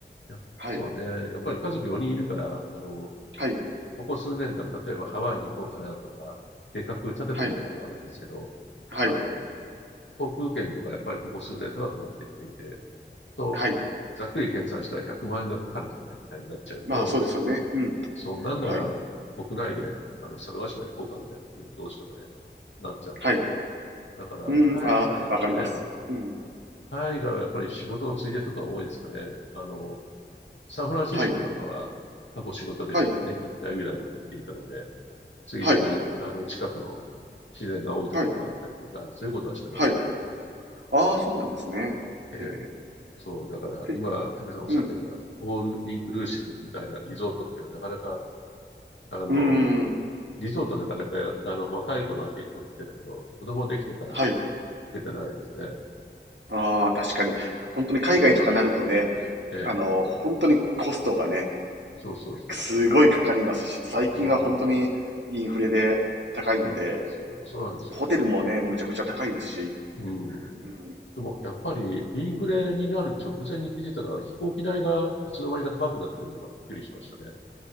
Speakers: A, on the left; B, on the right.
A: や、
B: はい、
A: そうね。やっぱり家族4人いるから、あの、
B: はい、
A: ここ数年間、例えばハワイに行こうかなとか、計画立ててみたことはあるんですけど、
B: はい、はい。
A: あの、航空券とかやっぱりここ数年高くなってきていて、と、
B: はい。
A: ざっくり計算したら100万円がかかるとかみたいになっちゃうと、
B: まあ、そうですよね。
A: ちょっと、
B: うん。
A: そんなんなら国内で、
B: はい。
A: あの、猿ヶ島行こうかみたいな風にどうしてもね、なっちゃうんですよね。
B: はい。
A: だから、
B: うん、
A: 海外はね、
B: ああ、わかります。うん。
A: 海外はやっぱり仕事のついでとか多いですかね。あの、サンフランシスコとかは過去仕事です。
B: はい。はい。
A: 年に1回ぐらいは行っていたので、ついでに、
B: はい。
A: あの、近くの自然が多いところもあったりとか、
B: はい。
A: そういうことはしてましたね。
B: はい。ああ、そうなんですね。
A: ええ
B: ええ、
A: そう、だから今、
B: で
A: 武さんおっしゃってるのは、
B: うん。
A: オールインクルーシブみたいなリゾートっていうのはなかなか、あの、
B: うーん。
A: リゾートなかなか、あの、若い頃は結構行ってたけど、子供できてから行
B: はい。
A: けてないですね。
B: ああ、確かに。ほんとに海外とかなるとね、
A: ええ、
B: あの、ほんとにコストがね、
A: そうそうそうそうそ
B: すごいかかりますし、最近はほんとにインフレで高いので、
A: う。うん、そうなんですよ。そうなんですよね。
B: ホテルもね、むちゃくちゃ高いですし。
A: うん。
B: うーん。
A: でも、やっぱり、インフレになる直前に気づいたのは、飛行機代がいつの間にか高くなってるのがびっくりしましたね。